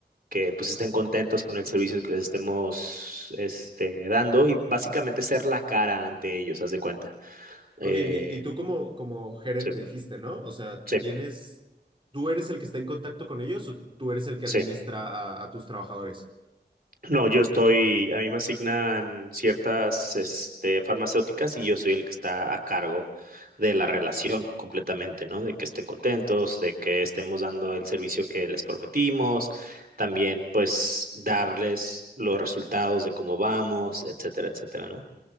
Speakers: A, on the right; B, on the right.
A: que pues estén contentos con el servicio que les estemos este, dando y básicamente ser la cara ante ellos, haz de cuenta. Eh,
B: Ok, ok, y tú como, como gerente
A: sí,
B: dijiste, ¿no? O sea,
A: sí,
B: tienes, ¿tú eres el que está en contacto con ellos o tú eres el que
A: sí.
B: administra a, a tus trabajadores?
A: No, yo estoy, a mí me asignan ciertas, este, farmacéuticas y yo soy el que está a cargo de la relación completamente, ¿no? De que estén contentos, de que estemos dando el servicio que les prometimos, también pues darles los resultados de cómo vamos, etcétera, etcétera, ¿no?